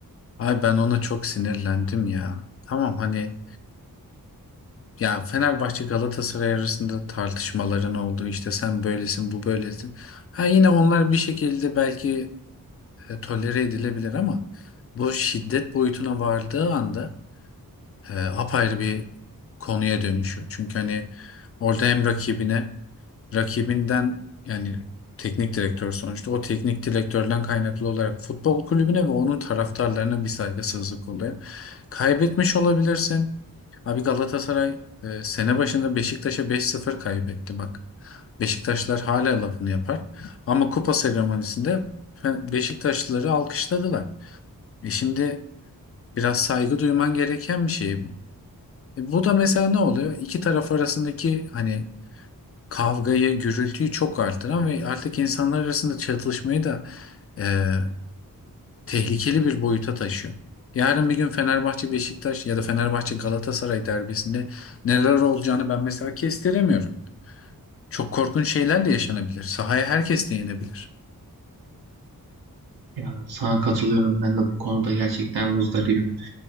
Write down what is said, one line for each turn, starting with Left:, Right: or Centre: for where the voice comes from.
Left: Ay ben ona çok sinirlendim ya. Tamam hani Ya Fenerbahçe Galatasaray arasında tartışmaların olduğu işte sen böylesin bu böylesin. Ha yine onlar bir şekilde belki e, tolere edilebilir ama bu şiddet boyutuna vardığı anda e, apayrı bir konuya dönüşüyor. Çünkü hani orada hem rakibine rakibinden yani teknik direktör sonuçta o teknik direktörden kaynaklı olarak futbol kulübüne ve onun taraftarlarına bir saygısızlık oluyor. Kaybetmiş olabilirsin. Abi Galatasaray e, sene başında Beşiktaş'a 5-0 kaybetti bak. Beşiktaşlar hala lafını yapar. Ama kupa seremonisinde Fe- Beşiktaşlıları alkışladılar. E şimdi biraz saygı duyman gereken bir şey bu. E bu da mesela ne oluyor? İki taraf arasındaki hani kavgayı, gürültüyü çok artıran ve artık insanlar arasında çatışmayı da e, tehlikeli bir boyuta taşıyor. Yarın bir gün Fenerbahçe Beşiktaş ya da Fenerbahçe Galatasaray derbisinde neler olacağını ben mesela kestiremiyorum. Çok korkunç şeyler de yaşanabilir. Sahaya herkes de inebilir.
Right: Ya sana katılıyorum. Ben de bu konuda gerçekten muzdaribim.